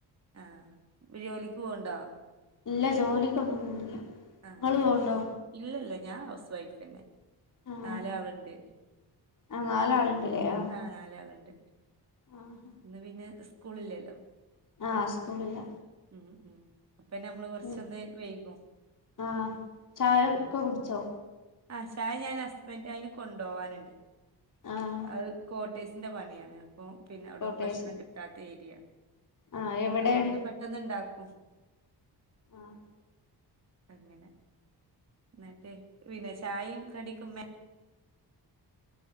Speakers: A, on the right; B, on the left.
A: ആഹ് ജോലിക്ക് പോവ്ണ്ടോ
B: ഇല്ല ജോലിക്കൊന്നും പോണില്ല
A: ആഹ്
B: ഇങ്ങള്
A: ആഹ്
B: പോവ്ണ്ടോ
A: ഇല്ലല്ല ഞാൻ ഹൗസ് വൈഫ്ന്നെ
B: ആഹ്
A: നാലാള്‌ണ്ട്
B: ആഹ് നാലാള്ണ്ട്ല്ലയോ
A: ആഹ് നാലാള്ണ്ട്
B: ആഹ്
A: ഇന്ന് പിന്നെ സ്കൂളില്ലല്ലോ
B: ആഹ് സ്കൂളില്ല
A: ഉം ഉം അപ്പ നമ്മള് കൊർച്ചൊന്ന്
B: ഉം
A: വൈകും
B: ആഹ് ചായ ക്കെ കുടിച്ചോ
A: ആ ചായ ഞാൻ ഹസ്ബൻന്റ് അയിന് കൊണ്ടോവാനുണ്ട്
B: ആഹ്
A: അത് കോട്ടേഴ്സ് ന്റെ പണിയാണ് അപ്പോ പിന്നെ അവിടെ
B: കോട്ടേഴ്സ്
A: ഭക്ഷണം കിട്ടാത്ത ഏരിയാ
B: ആഹ് എവിടെയാണ്
A: അതുകൊണ്ട് പെട്ട ട്ടന്ന്ണ്ടാക്കും
B: ആഹ്
A: അങ്ങനെ ന്നിട്ട് പിന്നെ ചായേം കടിക്കു മ്മ